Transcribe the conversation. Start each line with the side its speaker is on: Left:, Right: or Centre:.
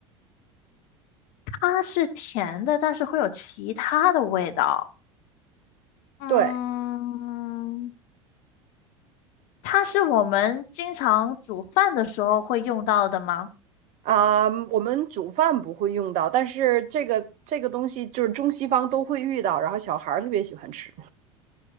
Left: 它是甜的，但是会有其他的味道。嗯，
Right: 对。
Left: 它是我们经常煮饭的时候会用到的吗？
Right: 啊，我们煮饭不会用到，但是这个这个东西就是中西方都会遇到，然后小孩儿特别喜欢吃。